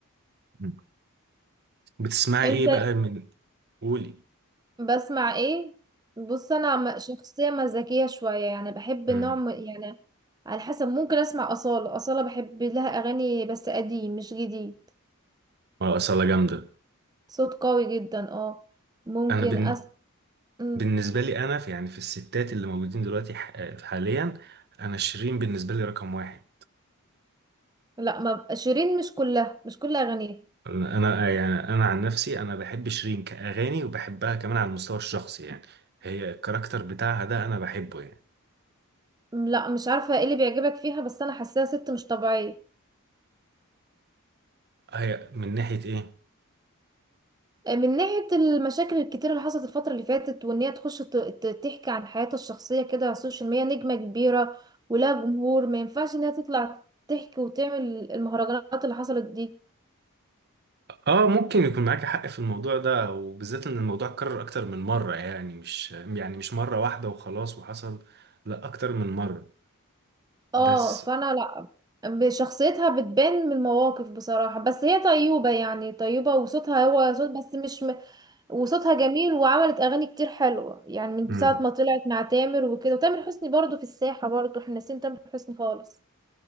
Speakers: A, on the right; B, on the right.
A: مم. بتسمعي
B: انت
A: ايه بقى من قولي
B: بسمع ايه بص انا عم- شخصيه مزاجيه شويه يعني بحب
A: امم
B: النوع م- يعني على حسب ممكن اسمع اصاله اصاله بحب لها اغاني بس قديم مش جديد
A: اصلا جامده
B: صوت قوي جدا اه ممكن
A: انا بن...
B: أس... مم.
A: بالنسبه لي انا في يعني في الستات اللي موجودين دلوقتي ح... حاليا انا شيرين بالنسبه لي رقم واحد
B: لا ما ب- شيرين مش كلها مش كل اغانيها
A: انا يعني انا عن نفسي انا بحب شيرين كاغاني وبحبها كمان على المستوى الشخصي يعني هي الكاركتر بتاعها ده انا بحبه يعني
B: لا مش عارفه ايه اللي بيعجبك فيها بس انا حاساها ست مش طبيعيه
A: هي من ناحيه ايه
B: من ناحية المشاكل الكتيرة اللي حصلت الفترة اللي فاتت وإن هي تخش ت- ت- تحكي عن حياتها الشخصية كده على السوشيال ميديا نجمة كبيرة ولها جمهور ما ينفعش إن هي تطلع تحكي وتعمل المهرجانات اللي حصلت دي
A: اه ممكن يكون معاك حق في الموضوع ده وبالذات ان الموضوع اتكرر اكتر من مره يعني مش يعني مش مره واحده وخلاص وحصل لا اكتر من مره
B: اه
A: بس
B: فأنا لأ بشخصيتها بتبان من المواقف بصراحة بس هي طيوبة يعني طيوبة وصوتها هو صوت بس مش م... وصوتها جميل وعملت أغاني كتير حلوة يعني من
A: مم.
B: ساعة ما طلعت مع تامر وكده وتامر حسني برضو في الساحة برضو احنا ناسيين تامر حسني خالص